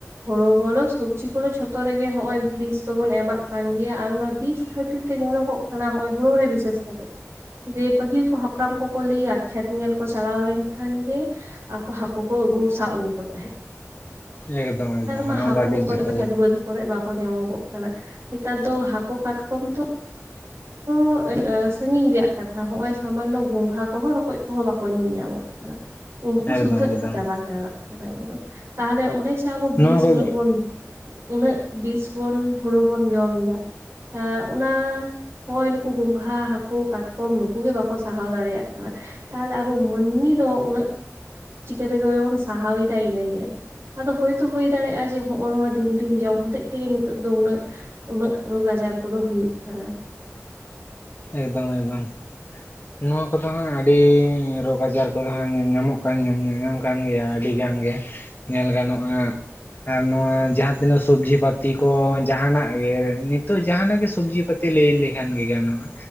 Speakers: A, on the right; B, on the left.
A: ᱦᱩᱲᱩ ᱵᱚᱞᱚ ᱥᱚᱵᱽᱡᱤ ᱠᱚᱫᱚ ᱡᱚᱛᱚ ᱛᱚ ᱨᱮᱜᱮ ᱦᱚᱸᱜᱼᱚᱭ ᱵᱤᱥ ᱫᱚᱵᱚᱱ ᱮᱢᱟᱜ ᱠᱟᱱ ᱜᱮᱭᱟ ᱟᱨ ᱚᱱᱟ ᱵᱤᱥ ᱠᱷᱟᱹᱛᱤᱨ ᱛᱮ ᱧᱮᱞᱚᱜᱚᱜ ᱠᱟᱱᱟ ᱦᱚᱸᱜᱼᱚᱭ ᱦᱩᱲᱩ ᱨᱮ ᱵᱤᱥᱮᱥ ᱡᱮ ᱯᱟᱹᱦᱤᱞ ᱠᱚ ᱦᱟᱯᱲᱟᱢ ᱠᱚᱠᱚ ᱞᱟᱹᱭᱟ ᱠᱷᱮᱛ ᱧᱮᱞ ᱠᱚ ᱪᱟᱞᱟᱣ ᱞᱮᱱ ᱠᱷᱟᱱ ᱜᱮ ᱟᱠᱚ ᱦᱟᱹᱠᱩ ᱠᱚ ᱟᱹᱜᱩ ᱥᱟᱵ ᱟᱹᱜᱩ ᱠᱚᱣᱟ ᱛᱟᱦᱮᱸᱫ᱾
B: ᱮᱠᱫᱚᱢ ᱮᱠᱫᱚᱢ
A: ᱢᱟ
B: ᱚᱱᱟ
A: ᱦᱟᱹᱠᱚ
B: ᱫᱚ ᱟᱹᱰᱤ
A: ᱠᱚ
B: ᱡᱚᱛᱚ
A: <inaudible>
B: ᱜᱮ
A: ᱠᱚᱨᱮ ᱵᱟᱠᱚ ᱧᱟᱢᱚᱜᱚᱜ ᱠᱟᱱᱟ ᱱᱮᱛᱟᱨ ᱫᱚ ᱦᱟᱹᱠᱩ ᱠᱟᱴᱠᱚᱢ ᱛᱚ <unintelligible> <inaudible> ᱩᱱᱠᱩ
B: ᱮᱠᱫᱚᱢ
A: ᱥᱩᱫᱫᱷᱟᱹᱜ
B: ᱮᱠᱫᱚᱢ
A: ᱠᱚ ᱪᱟᱵᱟ ᱪᱟᱞᱟᱜ ᱠᱟᱱᱟ ᱮᱠᱫᱚᱢ ᱛᱟᱦᱚᱞᱮ ᱚᱱᱮ ᱡᱮ ᱟᱵᱚ ᱵᱤᱥ
B: ᱱᱚᱣᱟ ᱠᱚ
A: ᱩᱱᱟᱹᱜ ᱵᱚᱱ ᱩᱱᱟᱹᱜ ᱵᱤᱥ ᱵᱚᱱ ᱦᱩᱲᱩ ᱵᱚᱱ ᱡᱚᱢ ᱫᱟ ᱟᱨ ᱟᱚᱱᱟ ᱱᱚᱜᱼᱚᱭ ᱱᱩᱠᱩ ᱜᱚᱝᱜᱷᱟ ᱦᱟᱹᱠᱩ ᱠᱟᱴᱠᱚᱢ ᱱᱩᱠᱩ ᱜᱮ ᱵᱟᱠᱚ ᱥᱟᱦᱟᱣ ᱫᱟᱲᱮᱭᱟᱜ ᱠᱟᱱᱟ ᱛᱟᱦᱚᱞᱮ ᱟᱵᱚ ᱢᱟᱹᱱᱢᱤ ᱫᱚ ᱩᱱᱟᱹᱜ ᱪᱤᱠᱟᱹ ᱛᱮᱫᱚ ᱵᱚᱱ ᱥᱟᱦᱟᱣ ᱮᱫᱟ ᱤᱱᱟᱹ ᱜᱮ? ᱟᱫᱚ ᱦᱳᱭ ᱛᱚ ᱦᱩᱭ ᱫᱟᱲᱮᱭᱟᱜᱼᱟ ᱡᱮ ᱦᱚᱸᱜᱼᱱᱚᱣᱟ ᱫᱤᱱ ᱫᱤᱱ ᱡᱚᱢ ᱦᱚᱛᱮᱡ ᱛᱮᱜᱮ ᱱᱤᱛᱚᱜ ᱫᱚ ᱩᱱᱟᱹᱜ ᱩᱱᱟᱹᱜ ᱨᱳᱜᱽ ᱟᱡᱟᱨ ᱠᱚᱫᱚ ᱦᱩᱭᱩᱜ ᱠᱟᱱᱟ
B: ᱮᱠᱫᱚᱢ-ᱮᱠᱫᱚᱢ᱾ ᱱᱚᱣᱟ ᱠᱚᱫᱚ ᱦᱟᱸᱜ ᱟᱹᱰᱤ ᱨᱳᱜᱽ ᱟᱡᱟᱨ ᱠᱚᱫᱚ ᱦᱟᱸᱜ ᱧᱟᱢᱚᱜ ᱠᱟᱱ ᱧᱟᱢ ᱠᱟᱱ ᱜᱮᱭᱟ ᱟᱹᱰᱤ ᱜᱟᱱ ᱜᱮ ᱧᱮᱞ ᱜᱟᱱᱚᱜᱼᱟ ᱟᱨ ᱱᱚᱣᱟ ᱡᱟᱦᱟᱸ ᱛᱤᱱᱟᱹᱜ ᱥᱚᱵᱡᱤ ᱯᱟ. ᱛᱤ ᱠᱚ ᱡᱟᱸᱦᱟᱱᱟᱜ ᱜᱮ ᱱᱤᱛᱚᱜ ᱡᱟᱦᱟᱸᱱᱟᱜ ᱜᱮ ᱥᱚᱵᱡᱤ ᱯᱟᱹᱛᱤ ᱛᱮ ᱞᱟᱹᱭ ᱞᱮᱠᱷᱟᱱ ᱜᱮ ᱜᱟᱱᱚᱜᱼᱟ